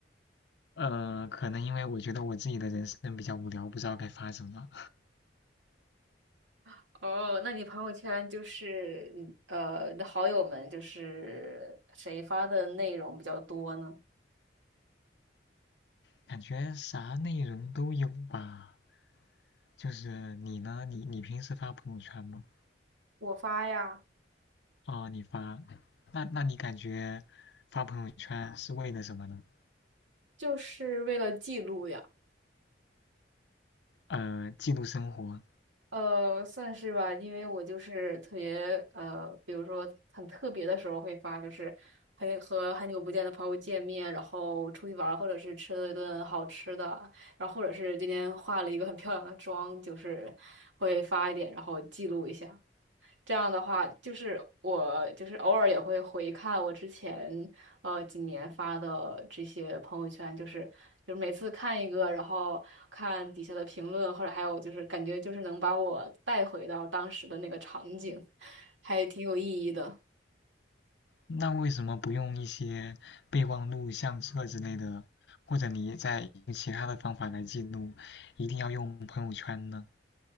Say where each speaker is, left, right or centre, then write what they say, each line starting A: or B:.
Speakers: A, on the left (about 65°); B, on the right (about 90°).
A: <laughs> 呃，可能因为我觉得我自己的人生比较无聊，不知道该发什么，
B: <laughs> 哦，那你朋友圈就是嗯呃，你的好友们就是谁发的内容比较多呢？
A: 感觉啥内容都有吧。就是你呢，你你平时发朋友圈吗？
B: 我发呀，
A: 哦，你发，那那你感觉发朋友圈是为了什么呢？
B: 就是为了记录呀。
A: 呃，记录生活，
B: 呃，算是吧，因为我就是特别呃，比如说很特别的时候会发，就是很和很久不见的朋友见面，然后出去玩儿或者是吃了一顿好吃的，然后或者是今天化了一个很漂亮的妆，就是会发一点，然后记录一下。这样的话，就是我就是偶尔也会回看我之前呃几年发的这些朋友圈，就是就是每次看一个，然后看底下的评论，或者还有就是感觉就是能把我带回到当时的那个场景，还挺有意义的。
A: 那为什么不用一些备忘录、相册之类的，或者你在其他的方法来记录，一定要用朋友圈呢？